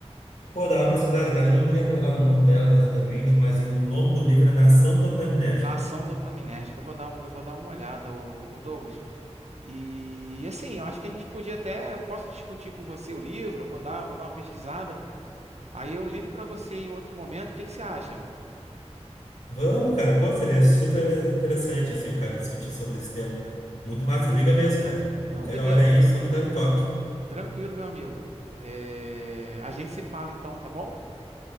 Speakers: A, on the left (about 80°); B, on the right (about 70°).
A: Pô, dá uma pesquisada, cara. Eu não me lembro agora o nome dela exatamente, mas o nome do livro é Nação Dopaminérgica.
B: Nação Dopaminérgica, eu vou dar, um- eu vou dar uma olhada, o, Douglas. E assim, eu acho que a gente podia até, eu posso discutir com você o livro, eu vou dar, vou dar uma pesquisada. Aí eu ligo pra você em outro momento, o que que você acha?
A: Vamos, cara. Pô, seria super interessante, assim, o cara discutir sobre esse tema. Muito massa. Liga mesmo, cara.
B: Não,
A: Qualquer
B: beleza.
A: hora aí, só me dá um toque.
B: Tranquilo, meu amigo. É, a gente se fala então, tá bom?